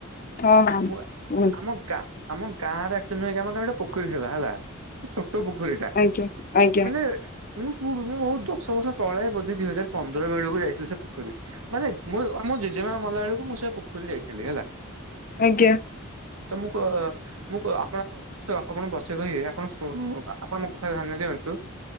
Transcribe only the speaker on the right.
ମୁଁ
ଆମ ଆମ ଗାଁରେ ଆ ନୁହଁ କି ଆମ ଘର ଗୋଟେ ପୋଖରୀ ଥିଲା, ହେଲା। ସେ ଛୋଟ ପୋଖରୀଟା,
ମାନେ ମୁଁ ପୁର୍ବୁରୁ ଦଶ ବର୍ଷ ତଳେ ବୋଧେ ଦିଇ ହଜାର ପନ୍ଦର ବେଳକୁ ଯାଇଥିଲୁ ସେ ପୋଖରୀ ମାନେ ମୁଁ ଆମ ଜେଜେମା ମଲା ବେଳକୁ ମୁଁ ସେ ପୋଖରୀ ଯାଇଥିଲି ହେଲା।
ତ ମୁଁ କ ମୁଁ କ ଆପଣଙ୍କ <unintelligible> ବଛେ କହିବି ଆପଣ ଶୁ ଆପଣ ମୋ କଥାକୁ ଧ୍ୟାନ ଦିଅନ୍ତୁ।